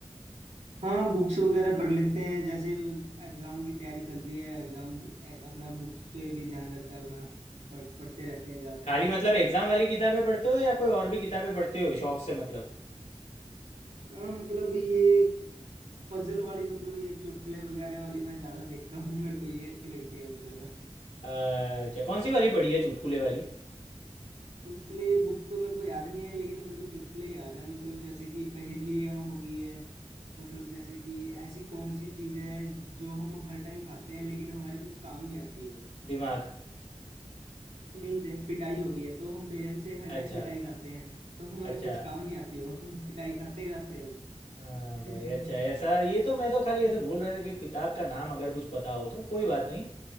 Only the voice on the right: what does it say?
हाँ बुक्स वगैरह पढ़ लेते हैं जैसे एग्जाम की तैयारी चल रही है एग्जाम अपना बुक्स पे भी ध्यान रहता है अपना पढ़, पढ़ते रहते हैं ज्यादातर
हाँ मतलब ये पजल वाली मतलब ये चुटकुले वगैरह वाली मैं ज्यादा देखता हूँ मेरे को ये अच्छी लगती है वो ज्यादा
चुटकुले बुक तो मेरे को याद नहीं है लेकिन मेरे को चुटकुले याद है मतलब जैसे कि पहेलियाँ हो गई है मतलब जैसे कि ऐसी कौन सी चीज है जो हम हर टाइम खाते हैं लेकिन हमारे कुछ काम नहीं आती वो
नहीं जैसे पिटाई हो गई है तो हम पेरेंट्स से हर
टाइम पिटाई खाते हैं तो हमारे
कुछ काम नहीं आती वो <laughs> पिटाई खाते खाते हैं बस
<laughs>